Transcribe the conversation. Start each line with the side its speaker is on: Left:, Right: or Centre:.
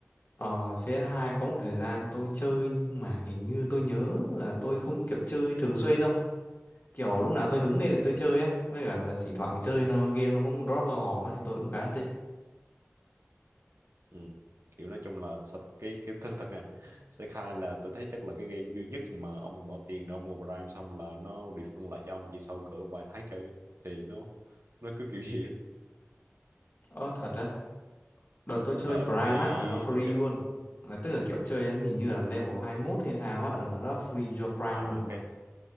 Left: Ờ CS2 có một thời gian tôi chơi nhưng mà hình như tôi nhớ là tôi không kiểu chơi thường xuyên đâu. Kiểu lúc nào tôi hứng
Right: ừ.
Left: lên thì tôi chơi á, với cả là thỉnh thoảng chơi nó game nó cũng drop ra hòm á thì tôi cũng khá là thích.
Right: Ừ. kiểu nói chung là sao- cái cái thật thật này cs hai là tôi thấy chắc là cái game duy nhất mà ông bỏ tiền ra mua Prime xong là nó refund lại cho ông chỉ sau cỡ vài tháng chơi thì nó nó cứ kiểu <laughs> gì á.
Left: Ờ thật á, đợt tôi chơi
Right: thật
Left: Prime
Right: thì
Left: á là nó free
Right: nó chơi
Left: luôn. Là tức là kiểu chơi hình như là level 21 hay sao á là nó đã free cho Prime
Right: à
Left: luôn rồi.
Right: ok